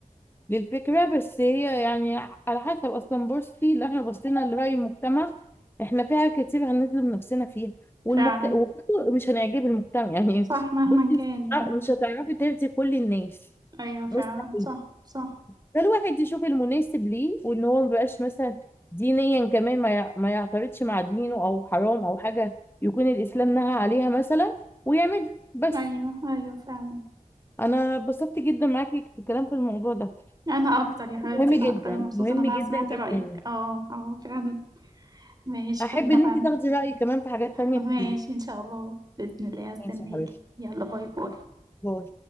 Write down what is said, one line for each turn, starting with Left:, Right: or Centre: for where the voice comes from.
Left: للفكرة بس هي يعني على حسب أصلا بورصتي اللي احنا بصينا لرأي المجتمع احنا فيها كتير هنظلم نفسنا فيها والمجتمع
Right: فعلا
Left: وبرضه مش هنعجب المجتمع يعني
Right: صح مهما
Left: بصي
Right: كان
Left: مش
Right: يعني
Left: هتع- مش هتعرفي ترضي كل الناس
Right: ايوه فعلا
Left: مستحيل
Right: صح صح
Left: فالواحد يشوف المناسب ليه وان هو مبقاش مثلا دينيا كمان ما يع- ما يعترضش مع دينه او حرام او حاجة يكون الإسلام نهى عليها مثلا ويعملها بس
Right: ايوه ايوه فعلا
Left: انا اتبسطت جدا معاكي في الكلام في الموضوع ده
Right: انا اكتر يا حبيبتي
Left: مهم
Right: انا
Left: جدا
Right: اكتر مبسوطة
Left: مهم
Right: ان انا
Left: جدا
Right: سمعت
Left: جدا
Right: رأيك
Left: يعني
Right: اه اه فعلا ماشي
Left: احب
Right: خلينا
Left: ان
Right: بقى
Left: انت تاخدي رايي كمان في حاجات تانية
Right: ماشي
Left: كتير
Right: ان شاء الله بإذن الله هستناكي
Left: ماشي يا حبيبتي
Right: يلا باي باي
Left: باي.